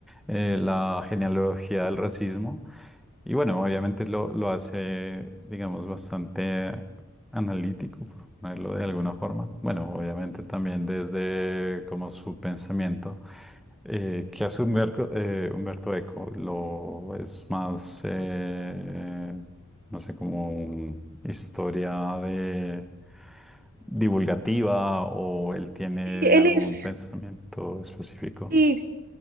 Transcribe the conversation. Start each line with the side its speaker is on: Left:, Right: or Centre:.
Centre: eh, La genealogía del racismo. Y bueno, obviamente lo, lo hace, digamos, bastante analítico, por ponerlo de alguna forma. Bueno, obviamente también desde como su pensamiento, eh, que hace Humberto, eh, Humberto Eco, lo es más, eh, no sé, como historia de divulgativa o él tiene
Right: Y él
Centre: algún
Right: es...
Centre: pensamiento específico.
Right: Sí,